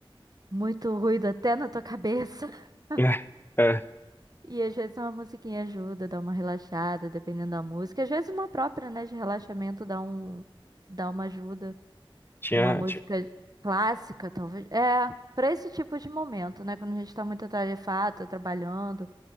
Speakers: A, on the right; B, on the left.
A: muito ruído até na tua cabeça. <laughs>
B: <laughs> É, é,
A: E às vezes uma musiquinha ajuda, dá uma relaxada, dependendo da música. Às vezes uma própria, né, de relaxamento dá um, dá uma ajuda.
B: tinha,
A: Uma música
B: tinha.
A: clássica, talvez. É, pra esse tipo de momento, né? Quando a gente tá muito atarefado, tá trabalhando